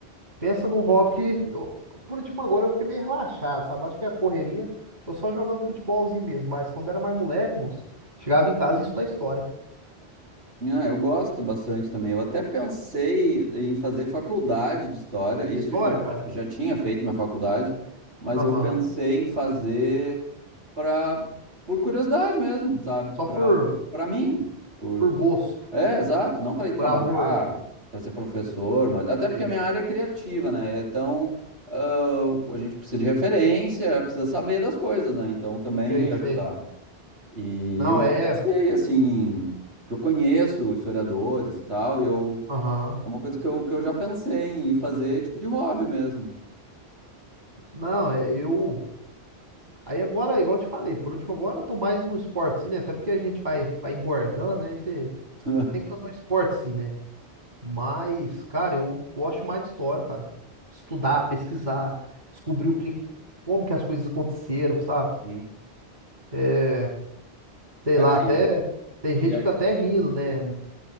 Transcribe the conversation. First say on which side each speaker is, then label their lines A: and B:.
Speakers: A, on the right; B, on the right.
A: penso num hobby que, eu- por último, agora eu fiquei meio relaxado, sabe? Acho que é a correria, tô só jogando futebolzinho mesmo. Mas quando era mais moleque, moço, chegava em casa e estudava história.
B: Ah, eu gosto bastante também. Eu até pensei em fazer faculdade de história, isso
A: História,
B: eu já,
A: cara?
B: já tinha feito minha faculdade, mas
A: Aham.
B: eu pensei em fazer para por curiosidade mesmo, sabe?
A: Só
B: Para
A: por,
B: para mim. Por,
A: por gosto,
B: É, exato, não para ir trabalhar,
A: por amor.
B: para ser professor, mas até
A: Sei,
B: porque a minha área é criativa, né? Então, ah, a gente precisa de referência, precisa saber das coisas, né? Então, também
A: sei,
B: ajudar.
A: sei.
B: E
A: Não,
B: eu já
A: é.
B: pensei, assim, que eu conheço historiadores e tal, e eu
A: Aham.
B: é uma coisa que eu, que eu já pensei em fazer, tipo de hobby mesmo.
A: Não, é, eu. Aí agora, igual eu te falei, por último agora eu tô mais no esporte sim, né? Até porque a gente vai, vai engordando, né? E você
B: <laughs>
A: tem que fazer um esporte sim, né? Mas, cara, eu gosto mais de história, cara. Estudar, pesquisar, descobrir o que, que- como que as coisas aconteceram, sabe?
B: Sim.
A: É, Sei
B: É,
A: lá, até
B: e,
A: tem
B: e
A: gente que
B: a,
A: fica até rindo, né?